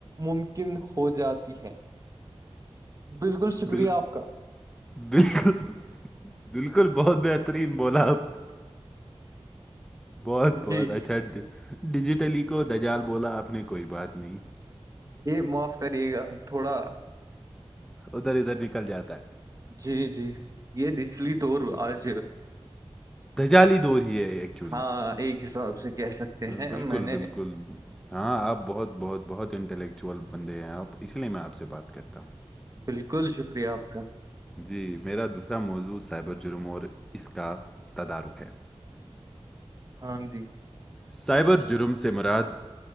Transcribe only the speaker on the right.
ممکن ہو جاتی ہے بالکل شکریہ
آپ کا
جی
یہ معاف کریے گا تھوڑا
جی جی یہ نچلی طور آج
ہاں ایک حساب سے کہہ سکتے ہیں
میں نے
بالکل شکریہ آپ کا
ہاں جی